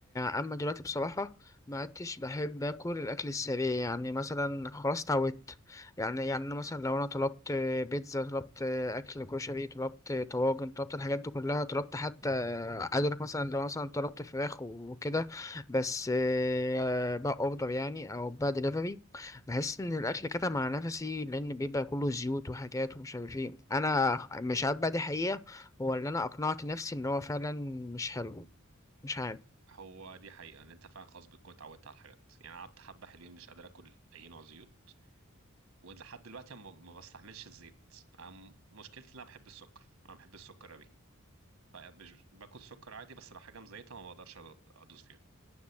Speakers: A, on the left; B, on the right.
A: اما دلوقتي بصراحه ما عدتش بحب اكل الاكل السريع يعني مثلا خلاص اتعودت يعني يعني أنا مثلا لو انا طلبت آه، بيتزا طلبت آه، اكل كشري طلبت آه، طواجن طلبت الحاجات دي كلها طلبت حتى آه، عايز اقول لك مثلا لو مثلا طلبت فراخ وكده بس آه، بقى اوردر يعني او بقى دليفري بحس ان الاكل كتم على نفسي لان بيبقى كله زيوت وحاجات ومش عارف ايه انا مش عارف بقى دي حقيقه هو اللي انا اقنعت نفسي ان هو فعلا مش حلو مش عارف
B: هو دي حقيقة ان انت فعلا خلاص بتكون اتعودت على الحاجات يعني أنا قعدت حبة حلوين مش قادر اكل اي نوع زيوت ولحد دلوقتي ما ما بستحملش الزيت أنا م- مشكلتي ان انا بحب السكر انا بحب السكر قوي مش باكل سكر عادي بس لو حاجة مزيتة ما بقدرش ادوس فيها